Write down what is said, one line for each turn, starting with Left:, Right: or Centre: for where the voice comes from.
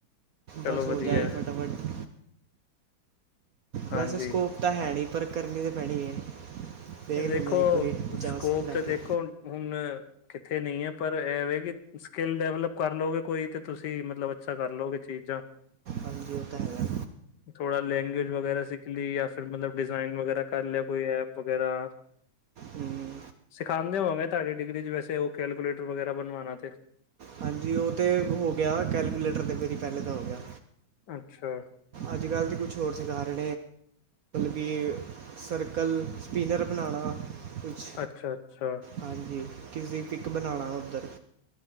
Left: ਚਲੋ
Right: ਬਸ
Left: ਵਧੀਆ
Right: ਹੋ ਜਾਏ ਫਟਾਫਟ
Left: ਹਾਂਜੀ
Right: ਵੈਸੇ ਸਕੋਪ ਤਾਂ ਹੈ ਨਹੀਂ, ਪਰ ਕਰਨੀ ਤਾਂ ਪੈਣੀ ਹੈ ਦੇਖ
Left: ਦੇਖੋ
Right: ਲੈਂਦੇ ਹਾਂ ਇੱਕ ਵਾਰੀ ਚਾਂਸ
Left: ਸਕੋਪ
Right: ਲੈ
Left: ਤੇ
Right: ਕੇ
Left: ਦੇਖੋ ਹੁਣ ਕਿੱਥੇ ਨਹੀਂ ਹੈ ਪਰ ਐਵੇਂ ਕਿ ਸਕਿੱਲ ਡਿਵਲਪ ਕਰ ਲਓਗੇ ਕੋਈ ਤੇ ਤੁਸੀਂ ਮਤਲਬ ਅੱਛਾ ਕਰ ਲਓਗੇ ਚੀਜ਼ਾਂ <inaudible>
Right: ਹਾਂਜੀ ਉਹ ਤਾਂ ਹੈ
Left: ਥੋੜਾ ਲੈਂਗੁਏਜ ਵਗੈਰਾ ਸਿੱਖ ਲਈ ਯ ਫਿਰ ਮਤਲਬ ਡਿਜ਼ਾਇਾਈਨ ਵਗੈਰਾ ਕਰ ਲਿਆ ਕੋਈ ਐਪ ਵਗੈਰਾ
Right: ਹੂੰ
Left: ਸਿਖਾਉਦੇ ਹੋਵਾਂਗੇ ਤੁਹਾਡੀ ਡਿਗਰੀ ਚ ਵੈਸੇ ਉਹ ਕੈਲਕੂਲੇਟਰ ਵਗੈਰਾ ਬਣਵਾਣਾ ਤੇ
Right: ਹਾਂਜੀ ਉਹ ਤਾਂ ਹੋ ਗਿਆ, ਕੈਲਕੂਲੇਟਰ 'ਤੇ ਵਰੀ ਪਹਿਲੇ ਦਾ ਹੋ ਗਿਆ
Left: ਅੱਛਾ
Right: ਅੱਜ ਕੱਲ੍ਹ ਤਾਂ ਕੁਛ ਹੋਰ ਸਿਖਾ ਰਹੇ ਨੇ ਸਰਕਲ ਸਪਿਨਰ ਬਣਾਉਣਾ ਕੁਛ
Left: ਅੱਛਾ- ਅੱਛਾ
Right: ਹਾਂਜੀ ਕਿਸੀ ਪਿਕ ਬਣਾਉਣਾ ਉੱਧਰ